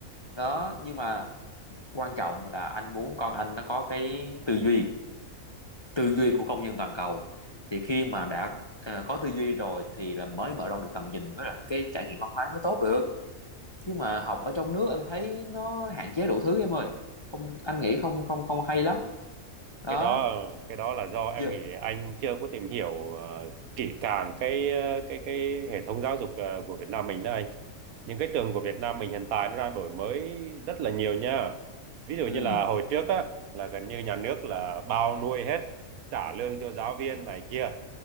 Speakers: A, on the left (about 30°); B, on the right (about 85°).
A: đó nhưng mà quan trọng là anh muốn con anh nó có cái tư duy tư duy của công dân toàn cầu thì khi mà đã ờ, có tư duy rồi thì là mới mở rộng được tầm nhìn với lại cái trải nghiệm văn hóa mới tốt được chứ mà học ở trong nước anh thấy nó hạn chế đủ thứ em ơi không anh nghĩ không không không hay lắm đó
B: cái đó cái đó là do em
A: Giờ,
B: nghĩ anh chưa có tìm hiểu ờ, kỹ càng cái ờ, cái cái hệ thống giáo dục ờ, của Việt Nam mình đây những cái trường của Việt Nam mình hiện tại nó đang đổi mới rất là nhiều nha ví dụ
A: ừ
B: như là hồi trước á là gần như nhà nước là bao nuôi hết trả lương cho giáo viên này kia